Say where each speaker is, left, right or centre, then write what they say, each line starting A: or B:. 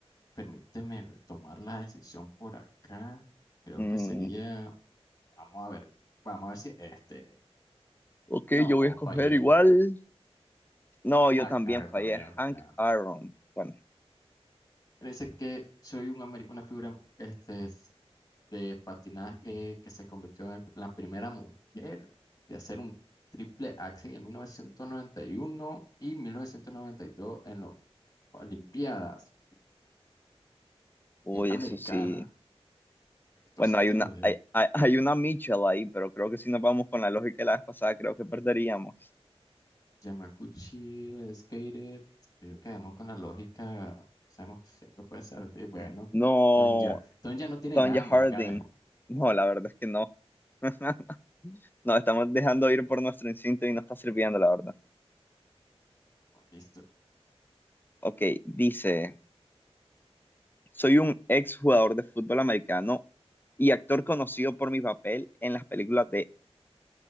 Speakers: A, on the left; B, on the left.
A: permíteme tomar la decisión por acá. Creo
B: Mm,
A: que sería, vamos a ver, vamos a ver si este.
B: ok,
A: No,
B: yo voy a escoger
A: fallé.
B: igual. No, yo
A: Ah,
B: también
A: a ver,
B: fallé.
A: fallé, fallé.
B: Hank Aaron. Bueno,
A: Él dice que soy un ameri- una figura este, es- de patinaje que se convirtió en el- la primera mujer de hacer un triple axel en 1991 y 1992 en las Olimpiadas
B: uy,
A: eh, Americanas.
B: eso sí.
A: Esto
B: Bueno,
A: sí
B: hay
A: te
B: una,
A: lo debo.
B: hay, hay, hay una Mitchell ahí, pero creo que si nos vamos con la lógica de la vez pasada, creo que perderíamos.
A: Yamaguchi, el skater, creo que vamos con la lógica, sabemos que siempre puede ser. sí, bueno,
B: No,
A: Don ya, Don ya no tiene
B: Tonya
A: nada americana.
B: Harding. No, la verdad es que no. <laughs> Nos estamos dejando ir por nuestro instinto y no está sirviendo, la verdad.
A: <laughs> Listo.
B: Ok, dice, soy un ex jugador de fútbol americano y actor conocido por mi papel en las películas de